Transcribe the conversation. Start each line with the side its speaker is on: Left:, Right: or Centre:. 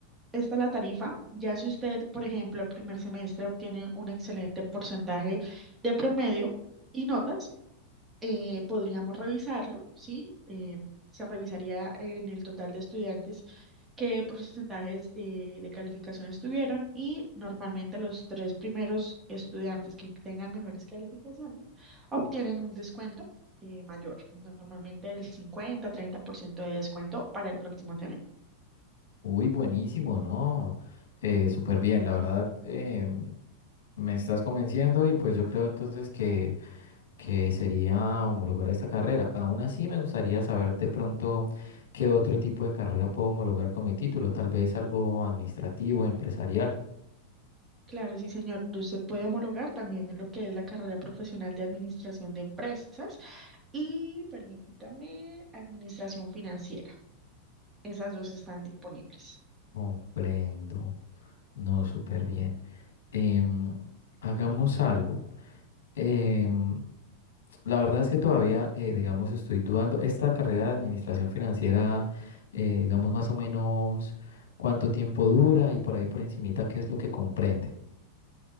Right: esta es la tarifa. Ya si usted, por ejemplo, el primer semestre obtiene un excelente porcentaje de promedio y notas, eh, podríamos revisarlo, ¿sí? Eh, se revisaría en el total de estudiantes qué porcentajes eh, de calificaciones tuvieron y normalmente los tres primeros estudiantes que tengan mejores calificaciones obtienen un descuento eh, mayor, normalmente el cincuenta-treinta por ciento de descuento para el próximo semestre.
Left: Uy, buenísimo, ¿no? Eh, súper bien, la verdad, eh, me estás convenciendo y pues yo creo entonces que... que sería homologar esta carrera. Aún así, me gustaría saber de pronto qué otro tipo de carrera puedo homologar con mi título, tal vez algo administrativo, empresarial.
Right: Claro, sí, señor. Usted puede homologar también lo que es la carrera profesional de administración de empresas y permítame administración financiera. Esas dos están disponibles.
Left: Comprendo. No, súper bien. Em, hagamos algo. Em, la verdad es que todavía, eh, digamos, estoy dudando. Esta carrera de administración financiera, eh, digamos, más o menos cuánto tiempo dura y por ahí por encimita, qué es lo que comprende.